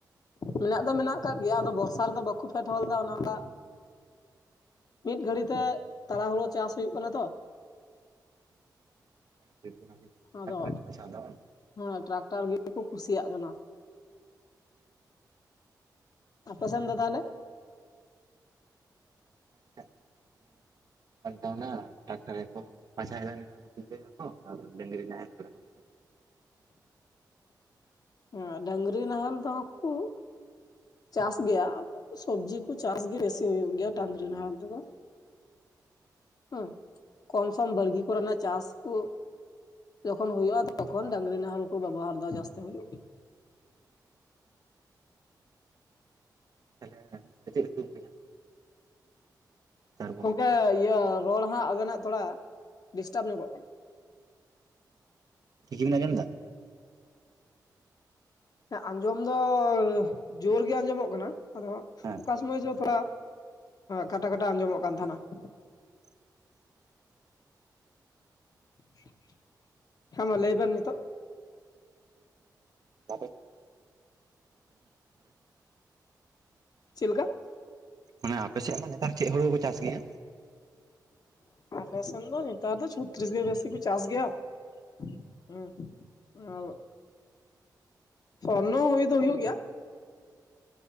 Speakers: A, on the left; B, on the right.
A: ᱢᱮᱱᱟᱜ ᱫᱚ ᱢᱮᱱᱟᱜ ᱟᱠᱟᱫ ᱜᱮᱭᱟ ᱟᱫᱚ ᱵᱚᱨᱥᱟ ᱨᱮᱫᱚ ᱵᱟᱠᱚ ᱯᱷᱮᱴᱦᱚ ᱞᱮᱫᱟ ᱚᱱᱟ ᱫᱟᱜ᱾ ᱢᱤᱫ ᱜᱷᱟᱲᱤ ᱛᱮ ᱛᱟᱞᱟ ᱦᱳᱲᱳ ᱪᱟᱥ ᱦᱳᱭᱳᱜ ᱠᱟᱱᱟ ᱛᱚ᱾
B: <inaudible>
A: ᱟᱫᱚ,
B: ᱜᱮᱠᱚ ᱵᱟᱪᱷᱟᱣ ᱫᱟ ᱵᱟᱝ?
A: ᱦᱮᱸ ᱴᱨᱟᱠᱴᱟᱨ ᱜᱮ ᱠᱚ ᱠᱩᱥᱤᱭᱟᱜ ᱠᱟᱱᱟ ᱾ ᱟᱯᱮ ᱥᱮᱱ ᱫᱚ ᱛᱟᱦᱚᱸᱞᱮ?
B: <unintelligible> ᱯᱟᱞᱴᱟᱣ ᱱᱟ ᱴᱟᱠᱴᱟᱨ ᱜᱮᱠᱚ, ᱟᱪᱷᱟ <unintelligible> ᱰᱟᱹᱝᱨᱤ ᱱᱟᱦᱮᱞ ᱠᱚᱨᱮᱱᱟᱜ ᱾
A: <unintelligible> ᱰᱟᱝᱨᱤ ᱱᱟᱦᱮᱞ ᱫᱚᱦᱚᱸ ᱠᱚ ᱾ ᱪᱟᱥ ᱜᱮᱭᱟ ᱟᱫᱚ ᱥᱚᱵᱽᱡᱤ ᱠᱚ ᱪᱟᱥ ᱜᱮ ᱵᱮᱥᱤ ᱦᱩᱭᱩᱜ ᱜᱮᱭᱟ ᱰᱟᱹᱝᱨᱤ ᱱᱟᱦᱮᱞ ᱛᱮᱫᱚ᱾ ᱦᱩᱸ, ᱠᱚᱢ ᱥᱚᱢ ᱵᱟᱲᱜᱤ ᱠᱚᱨᱮᱱᱟᱜ ᱪᱟᱥ ᱠᱩ᱾ ᱡᱚᱠᱷᱚᱱᱳ ᱦᱳᱭᱳᱜᱼᱟ ᱛᱚᱠᱷᱚᱱ ᱰᱟᱹᱟᱝᱨᱤ ᱱᱟᱦᱮᱞ ᱠᱚ ᱵᱮᱵᱚᱦᱟᱨ ᱫᱟ ᱡᱟᱹᱥᱛᱤ ᱦᱳᱭᱩᱜ ᱜᱮ,
B: ᱛᱟᱦᱚᱞᱮ ᱠᱟᱹᱴᱤᱡ ᱠᱟᱹᱴᱤᱡ ᱜᱮᱯᱮ ᱧᱟᱢᱟ᱾ ᱵᱚᱨᱥᱟ
A: ᱜᱚᱝᱠᱮ
B: ᱨᱮ?
A: ᱤᱭᱟᱹ ᱨᱚᱲ ᱦᱟᱸᱜ ᱟᱵᱮᱱᱟᱜ ᱛᱷᱚᱲᱟ ᱰᱤᱥᱴᱟᱵᱽ ᱧᱚᱜᱚᱜ ᱠᱟᱱᱟ᱾
B: <inaudible> ᱟᱸᱡᱚᱢ ᱫᱟ?
A: ᱦᱮᱸ ᱟᱸᱡᱚᱢ ᱫᱚ ᱡᱳᱨ ᱜᱮ ᱟᱸᱡᱚᱢᱚᱜ ᱠᱟᱱᱟ, ᱟᱫᱚ ᱚᱠᱟ
B: ᱦᱮᱸ
A: ᱚᱠᱟ ᱥᱚᱢᱚᱭ ᱫᱚ ᱛᱷᱚᱲᱟ ᱠᱟᱴᱟ ᱠᱟᱴᱟ ᱟᱸᱡᱚᱢᱚᱜ ᱠᱟᱱ ᱛᱟᱦᱮᱱᱟ ᱾
B: <unintelligible>
A: <inaudible> ᱦᱮᱸ ᱢᱟ ᱞᱟᱹᱭ ᱵᱤᱱ ᱱᱤᱛᱚᱜ᱾
B: <inaudible>
A: ᱪᱮᱫ ᱞᱮᱠᱟ
B: ᱢᱟᱱᱮ ᱟᱯᱮ ᱥᱮᱫ ᱢᱟ ᱱᱮᱛᱟᱨ ᱪᱮᱫ ᱦᱳᱲᱳ ᱠᱚ ᱪᱟᱥ ᱜᱮᱭᱟ?
A: ᱟᱞᱮ ᱥᱮᱱ ᱫᱚ ᱱᱮᱛᱟᱨ ᱫᱚ ᱪᱷᱚᱛᱨᱤᱥ ᱜᱮ ᱵᱮᱥᱤ ᱠᱚ ᱪᱟᱥ ᱜᱮᱭᱟ᱾ <inaudible> ᱥᱚᱨᱱᱚ ᱦᱩᱭ ᱫᱚ ᱦᱩᱭᱩᱜ ᱜᱮᱭᱟ <inaudible>